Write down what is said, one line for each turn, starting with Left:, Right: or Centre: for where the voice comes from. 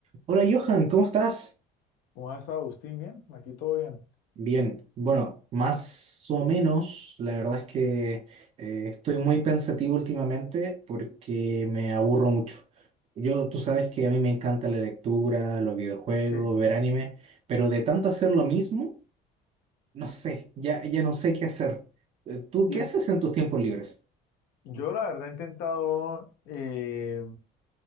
Right: Hola Johan, ¿cómo estás?
Left: ¿Cómo ha estado Agustín? ¿Bien? Aquí todo bien.
Right: Bien, bueno, más o menos, la verdad es que eh, estoy muy pensativo últimamente porque me aburro mucho. Yo, tú sabes que a mí me encanta la lectura, los videojuegos,
Left: Sí,
Right: ver anime, pero de tanto hacer lo mismo, no sé, ya, ya no sé qué hacer. Eh, ¿Tú
Left: y
Right: qué haces en tus tiempos libres?
Left: yo la verdad he intentado, eh,